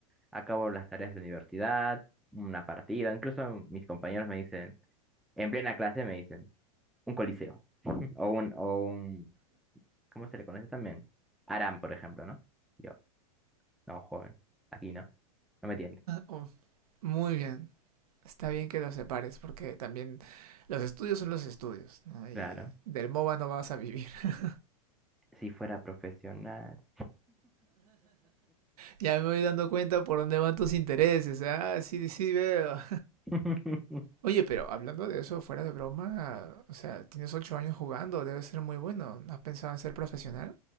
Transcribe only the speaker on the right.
Oh, muy bien. Está bien que los separes, porque también los estudios son los estudios, ¿no?
Y del MOBA no vas a vivir. <laughs>
Ya me voy dando cuenta por dónde van tus intereses. ¿eh? Ah, sí, sí veo.
Oye, pero hablando de eso, fuera de broma, o sea, tienes ocho años jugando, debe ser muy bueno. ¿No has pensado en ser profesional?